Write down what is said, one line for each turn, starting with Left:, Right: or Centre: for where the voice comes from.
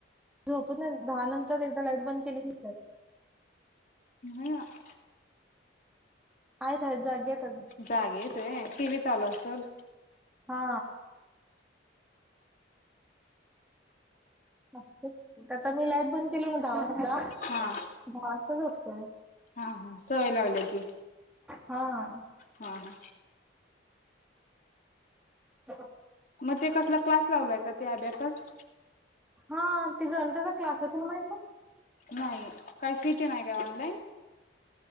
Centre: झोपत नाहीत दहा नंतर एकदा लाईट बंद केली की
Left: नाही
Centre: हाईत हाईत जागी हाईत आजून.
Left: जागी आहेत व्हय टी. व्ही चालू आसल?
Centre: हा आता मी लाईट बंद केलो ना दहा ला
Left: हा
Centre: दहावाजता झोपतोय
Left: हा हा सवय लावल्या ती.
Centre: हा <inaudible>
Left: हा हा
Centre: <unintelligible>
Left: मग ते कसला क्लास लावलाय का त्या अब्याकस?
Centre: हा ते गणिताच क्लासेस रूम हाइत नव्ह
Left: नाही काही फी तेन हाय काय ऑनलाईन?